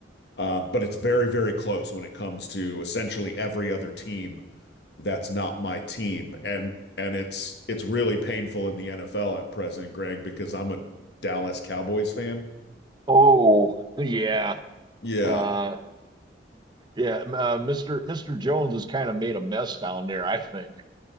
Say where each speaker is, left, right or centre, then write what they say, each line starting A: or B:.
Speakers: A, on the left (about 65°); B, on the right (about 25°).
A: Uh, but it's very, very close when it comes to essentially every other team that's not my team. And and it's it's really painful in the NFL at present, Greg, because I'm a Dallas Cowboys fan.
B: Oh <laughs> yeah,
A: Yeah,
B: uh, yeah. Uh, Mister Mister Jones has kind of made a mess down there. I think.